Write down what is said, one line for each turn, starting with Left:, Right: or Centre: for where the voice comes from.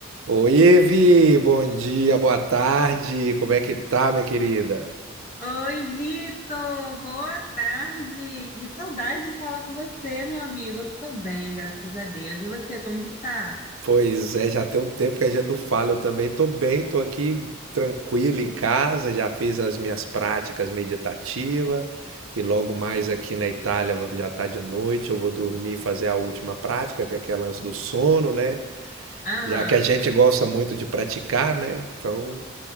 Right: Oi, Evi, bom dia, boa tarde, como é que tá, minha querida?
Left: Oi, Vitor! Boa tarde! Que saudade de falar com você, meu amigo. Eu tô bem, graças a Deus. E você, como que tá?
Right: Pois é, já tem um tempo que a gente não fala, eu também tô bem, tô aqui tranquilo em casa, já fiz as minhas práticas meditativas e logo mais aqui na Itália já tá de noite, eu vou dormir e fazer a última prática, que é aquele lance do sono, né?
Left: Aham.
Right: Já que a gente gosta muito de praticar, né? Então,